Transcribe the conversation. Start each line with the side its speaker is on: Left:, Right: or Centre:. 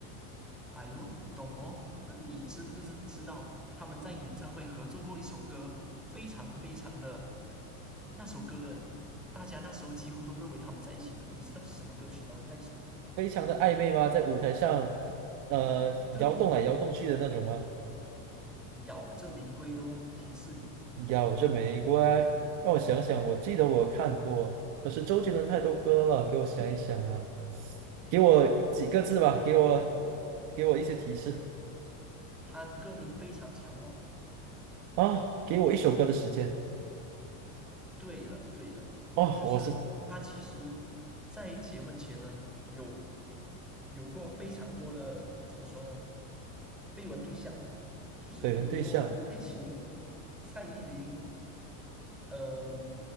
Centre: 哎呦，懂哦。那你知不知知道他们在演唱会合作过一首歌，非常非常的那首歌，大家那时候几乎都认为他们在一起了。你知道是什么歌曲吗？那一首，
Right: 非常的暧昧吗？在舞台上，呃，
Centre: 对，
Right: 摇动来摇动去的那种吗？
Centre: 咬着玫瑰的哦，提示你，
Right: 咬着玫瑰，让我想想，我记得我看过，可是周杰伦太多歌了，给我想一想啊，给我几个字吧，给我给我一些提示
Centre: 它歌名非常长哦。
Right: 啊，给我一首歌的时间
Centre: 对了，对了，
Right: 哦，
Centre: 就是他其实，
Right: 我是
Centre: 在结婚前呢，有有过非常多的怎么说呢，绯闻对象，就是比如说侯佩岑、
Right: 绯闻对象，
Centre: 蔡依林、呃，